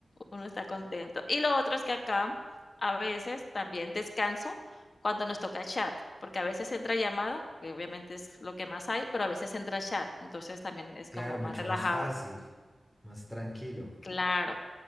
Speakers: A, on the left (about 55°); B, in the centre.
A: uno está contento. Y lo otro es que acá a veces también descanso cuando nos toca chat, porque a veces entra llamada, que obviamente es lo que más hay, pero a veces entra chat. Entonces también es
B: Claro,
A: como
B: mucho
A: más relajado.
B: más fácil, más tranquilo.
A: Claro.